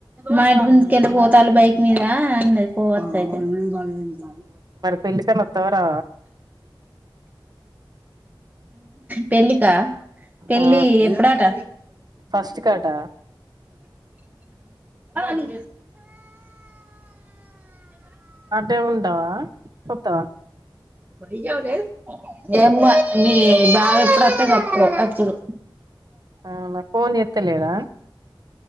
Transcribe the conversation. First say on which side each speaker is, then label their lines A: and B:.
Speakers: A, on the right (about 20°); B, on the right (about 50°).
A: మా ఇంటి ముందుకెళ్ళిపోతారు బైక్ మీద అన్నది పోవచ్చ అయితే బ కాాల కాాల
B: పెళ్ళికనత్తవరా
A: పెళ్ళిక పెళ్ళి
B: ఆ
A: ఎప్పుడట
B: ఫస్ట్ కాట
A: ని
B: అంటే ఉ ఉందవా పత
A: వరిజవులే ఎమ్ మీ బా ఎప్పుడు అతంది అప్పుడు అప్పుడు
B: ఆ నా ఫోన్ చెత్తలేద